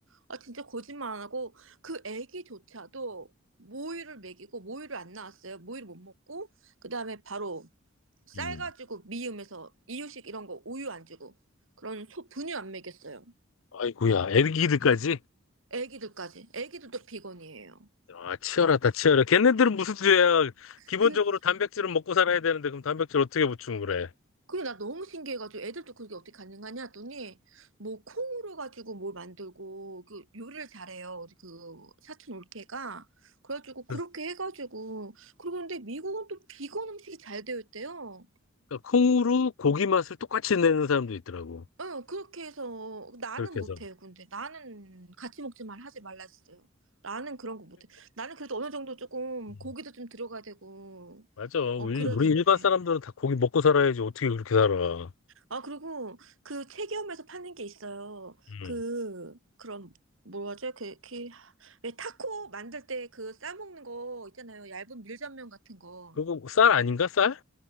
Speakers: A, on the right; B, on the left.
A: 아, 진짜 거짓말 안 하고, 그 애기조차도 모유를 먹이고, 모유를 안 나왔어요. 모유를 못 먹고, 그 다음에 바로, 쌀
B: 응.
A: 가지고 미음에서 이유식 이런 거 우유 안 주고 그런 소 분유 안 먹였어요.
B: 아이고야, 애기들까지?
A: 애기들까지. 애기들도 비건이에요.
B: 아, 치열하다, 치열해. 걔네들은 무슨 죄야. 기본적으로
A: 근,
B: 단백질은 먹고 살아야 되는데, 그럼 단백질 어떻게 보충 그래?
A: 그게 나 너무 신기해가지고 애들도 그게 어떻게 가능하냐 했더니 뭐 콩으로 가지고 뭘 만들고 그 요리를 잘해요. 그 사촌 올케가. 그래가지고 그렇게
B: 그래서
A: 해가지고 그리고 근데 미국은 또 비건 음식이 잘 되어 있대요.
B: 그러니까 콩으로 고기 맛을 똑같이 내는 사람도 있더라고.
A: 어, 그렇게 해서 나는
B: 그렇게
A: 못해요.
B: 해서.
A: 근데 나는 같이 먹지 말 하지 말라 했어요. 나는 그런 거 못해. 나는 그래도 어느 정도 조금
B: 음,
A: 고기도 좀 들어가야 되고
B: 맞아. 우리,
A: 어 그래야
B: 우리
A: 되는데.
B: 일반 사람들은 다 고기 먹고 살아야지. 어떻게 그렇게 살아.
A: 아 그리고 그 체기업에서 파는 게 있어요.
B: 음.
A: 그 그런 뭐라 하죠? 그왜 타코 만들 때 그 싸먹는 거 있잖아요. 얇은 밀전면 같은 거.
B: 그거 뭐 쌀 아닌가, 쌀?